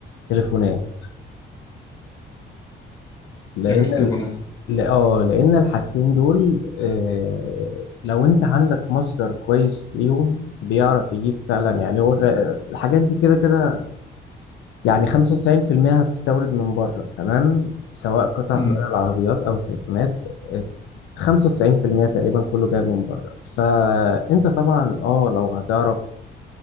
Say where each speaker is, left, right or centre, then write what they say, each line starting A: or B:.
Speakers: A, on the left; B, on the left.
A: تليفونات لان
B: فاكر في التليفونات
A: ال... ل- اه لان الحاجتين دول أه لو انت عندك مصدر كويس ليهم بيعرف يجيب فعلا يعني هو غ... الحاجات دي كده كده يعني 95% هتستورد من بره تمام سواء قطع
B: أمم.
A: غيار العربيات او التليفونات آه، 95% تقريبا كله جاي من بره فانت طبعا اه لو هتعرف